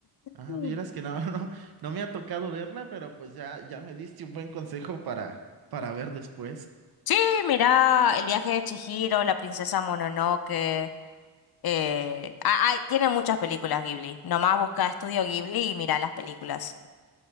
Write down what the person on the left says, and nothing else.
Mm.
Sí, mira, El viaje de Chihiro, La princesa Mononoke. Eh, ah, ay, tiene muchas películas Ghibli. Nomás busca Estudio Ghibli y mira las películas.